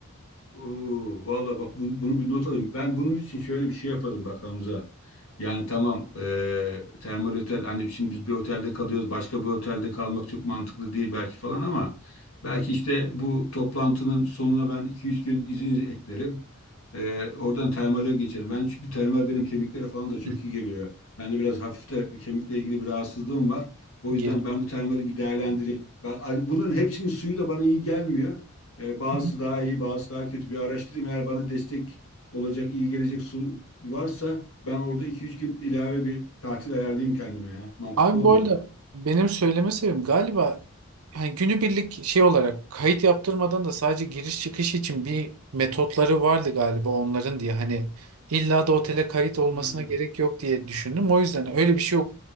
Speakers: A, on the left; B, on the right.
A: Oo, vallahi bak bu- bunu bir not alayım. Ben bunun için şöyle bir şey yaparım bak Hamza. Yani tamam eee, termal otel hani şimdi biz bir otelde kalıyoruz başka bir otelde kalmak çok mantıklı değil belki falan ama belki işte bu toplantının sonuna ben 2-3 gün izin eklerim. Ee, oradan termale geçelim. Ben çünkü termal benim kemiklere falan da çok
B: <laughs>
A: iyi geliyor. Bende biraz hafif de kemikle ilgili bir rahatsızlığım var. O
B: Geç.
A: yüzden ben bu termali bir değerlendireyim. Ben- bunların hepsinin suyu da bana iyi gelmiyor. Ee, bazısı
B: Hı hı.
A: daha iyi, bazısı daha kötü. Bir araştırayım. Eğer bana destek olacak, iyi gelecek su varsa ben orada iki üç gün ilave bir tatil ayarlayayım kendime ya. Mantıklı
B: Abi
A: olur
B: bu arada
A: bak.
B: benim söyleme sebebim galiba hani günübirlik şey olarak kayıt yaptırmadan da sadece giriş çıkış için bir metotları vardı galiba onların diye hani illa da otele kayıt olmasına
A: Ha,
B: gerek yok diye düşündüm. O yüzden öyle bir şey